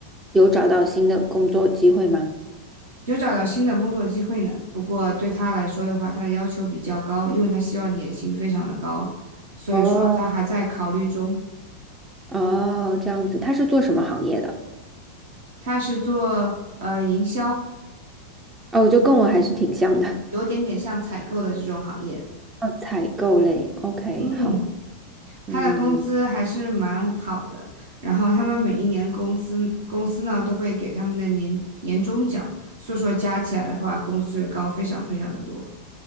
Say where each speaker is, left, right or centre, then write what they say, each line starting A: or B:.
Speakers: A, on the right; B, on the right.
A: 有找到新的工作机会吗？
B: 有找到新的工作机会呢，不过对他来说的话，他的要求比较高，因为他希望年薪非常的高，所以说他还在考虑中。
A: 哦。哦，这样子，他是做什么行业的？
B: 他是做呃营销，
A: 哦，就跟我还是挺像的，
B: 有点点像采购的这种行业。
A: <laughs> 哦，采购类。OK，
B: 嗯，
A: 好，
B: 他的工资还是蛮好的，
A: 嗯，
B: 然后他们每一年公司公司呢都会给他们的年年终奖，所以说加起来的话，工资就会高非常非常的多。